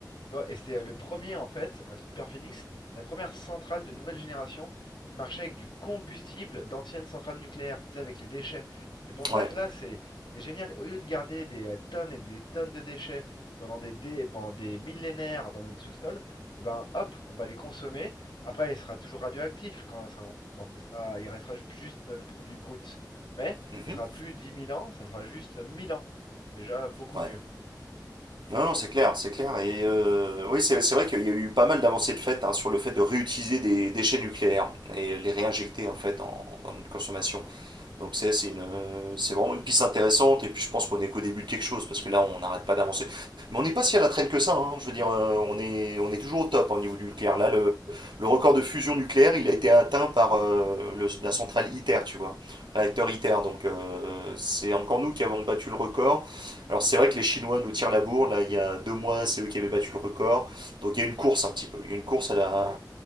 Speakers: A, on the left (about 90°); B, on the right (about 80°).
A: Tu vois, et c'était le premier, en fait, euh, Super Phoenix, la première centrale de nouvelle génération qui marchait avec du combustible d'anciennes centrales nucléaires, tu sais, avec les déchets. C'est pour ça
B: Ouais.
A: que là, c'est c'est génial. Au lieu de garder des euh, tonnes et des tonnes de déchets pendant des, dé- pendant des millénaires dans notre sous-sol, et ben, hop, on va les consommer. Après, il sera toujours radioactif quand ça, quand ça sera, il restera ju- juste euh, le produit brut. Mais
B: Mhm.
A: ça sera plus dix mille ans, ça sera juste 1000 ans. C'est déjà beaucoup
B: Ouais.
A: mieux.
B: Non, non, c'est clair, c'est clair. Et euh, oui, c'est c'est vrai qu'il y a eu pas mal d'avancées de fait hein, sur le fait de réutiliser des déchets nucléaires et les réinjecter en fait en- dans notre consommation. Donc c'est c'est une- c'est vraiment une piste intéressante et puis je pense qu'on est qu'au début de quelque chose parce que là on n'arrête pas d'avancer. Mais on n'est pas si à la traîne que ça, hein. je veux dire, euh, on est, on est toujours au top hein, au niveau du nucléaire. Là le, le record de fusion nucléaire il a été atteint par euh, le- la centrale ITER, tu vois, réacteur ITER. Donc euh, c'est encore nous qui avons battu le record. Alors c'est vrai que les Chinois nous tirent la bourre, là il y a deux mois c'est eux qui avaient battu le record. Donc il y a une course un petit peu, il y a une course à la,